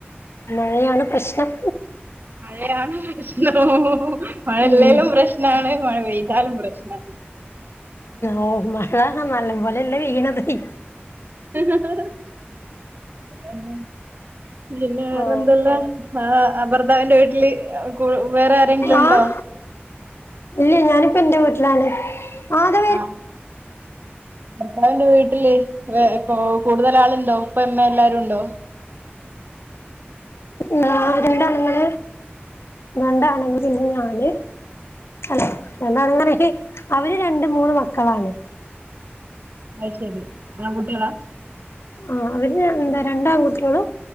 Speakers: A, on the left; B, on the right.
A: മഴയാണ് പ്രശ്നം
B: മഴയാണ് പ്രശ്നം മഴ
A: ഉം
B: ഇല്ലേലും പ്രശ്നാണ് മഴ പെയ്താലും പ്രശ്നാണ്.
A: ഓഹ് മഴ നല്ലം പോലെ അല്ല പെയ്യ്ണതെയ്
B: അത് എന്നെ പിന്നെ വെറെ
A: ആഹ്
B: എന്താ ഇള്ളെ ആഹ് അഹ് ഭർതാവിന്റെ വീട്ട്ൽ കൂ വേറെ ആരെങ്കിലും
A: ആഹ്
B: ഇണ്ടോ?
A: ഇല്ല ഞാൻ ഇപ്പം ഇന്റെ വീട്ട്ലാണ് ആഹ് ഇതാ
B: ആഹ് ഭർത്താവിന്റെ വീട്ട്ൽ വെ ഇപ്പോ കൂട്തെൽ ആൾ ഇണ്ടോ ഉപ്പെം ഉമ്മെം എല്ലാരും ഇണ്ടോ?
A: നാ രണ്ട് ആൺങ്ങെൾ രണ്ട് ആൺങ്ങെൾ പിന്നെ ഞാന് അല്ലാ എന്നാണ് ഇന്ന്ണ്ടെങ്കി അവെര് രണ്ട് മൂന്ന് മക്കളാണ്
B: അഹ് ശരി ആങ്കുട്ടിയാളാ
A: ആഹ് അവെര് രണ് എന്താ രണ്ട് ആങ്കുട്ടിയാളും